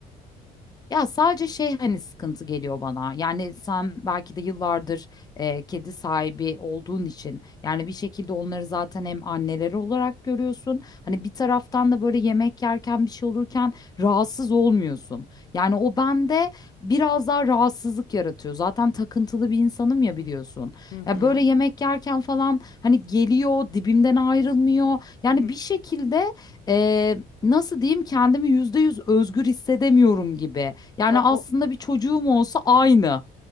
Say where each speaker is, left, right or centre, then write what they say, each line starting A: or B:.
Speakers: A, on the left (about 25°); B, on the left (about 80°).
A: Ya sadece şey hani sıkıntı geliyor bana. Yani sen belki de yıllardır e, kedi sahibi olduğun için yani bir şekilde onları zaten hem anneleri olarak görüyorsun. Hani bir taraftan da böyle yemek yerken bir şey olurken rahatsız olmuyorsun. Yani o bende biraz daha rahatsızlık yaratıyor. Zaten takıntılı bir insanım ya biliyorsun.
B: Hı hı.
A: Ya böyle yemek yerken falan hani geliyor dibimden ayrılmıyor. Yani
B: Hı hı.
A: bir şekilde e, nasıl diyeyim kendimi yüzde yüz özgür hissedemiyorum gibi. Yani
B: A-
A: aslında
B: O
A: bir çocuğum olsa aynı.